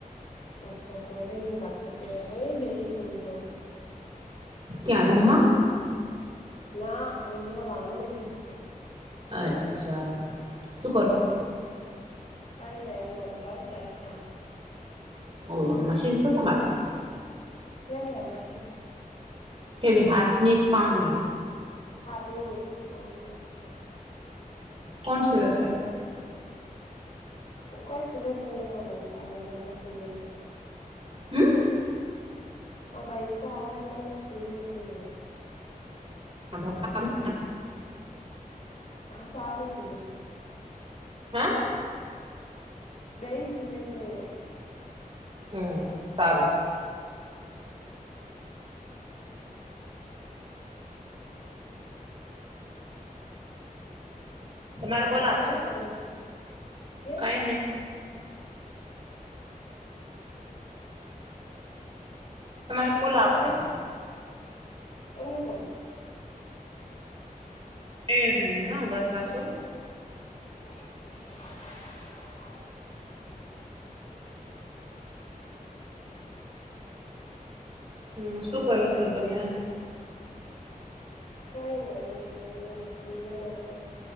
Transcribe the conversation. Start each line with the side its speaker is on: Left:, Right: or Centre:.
Left: અચ્છા કોલે નહી લાગતું કે અહીં બેઠીશું હું તો
Right: ક્યા રૂમમાં?
Left: ના એ બાને બેટશું
Right: અચ્છા શું કરો,
Left: કઈ નહી મારા બ્લાઉઝ ટાઈપ કર છો
Right: ઓ મશીનસો તમારે
Left: છેને મશીન
Right: કે હાથ ની જ પાની
Left: હાથની કલની છે.
Right: કોણ શલે છે.
Left: કઈ સિલેશેમાં ભાઈ છે આવેને તો ન સિલે છે.
Right: હુમ
Left: પૈસા આવે તો ના સિલે છે.
Right: <inaudible>
Left: સારુ શીલે છે.
Right: હા
Left: બેઈ સીલે છે
Right: હમ સારું તમારે કોલ
Left: ઓર
Right: આવશે.
Left: શું કરો કેમ
Right: કઈ નહી. તમારે કોલ આવશે
Left: અનુકલ
Right: એક મીનીટ હે ઊભાથાસોહસો
Left: <inaudible>
Right: <inaudible> હમ શું કરો છો તમે આ
Left: કઈ ના મશીન ના મારે